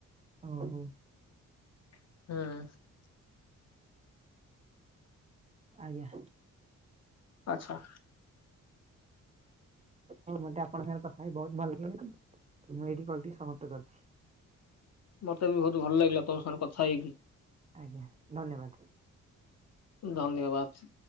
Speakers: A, on the right (about 20°); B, on the left (about 50°).
A: ଓ ହୋ।
B: ହଁ।
A: ଆଜ୍ଞା।
B: ଆଚ୍ଛା।
A: ହଁ ମତେ ଆପଣଙ୍କ ସାଙ୍ଗରେ କଥା ହି ବହୁତ ଭଲ ଲାଗିଲା ମୁଁ ଏଇଠି କଲଟି ସମାପ୍ତ କରିଛି।
B: ମତେ ବି ବହୁତ ଭଲ ଲାଗିଲା ତମ ସାଙ୍ଗରେ କଥା ହେଇକି।
A: ଆଜ୍ଞା ଧନ୍ୟବାଦ।
B: ଧନ୍ୟବାଦ।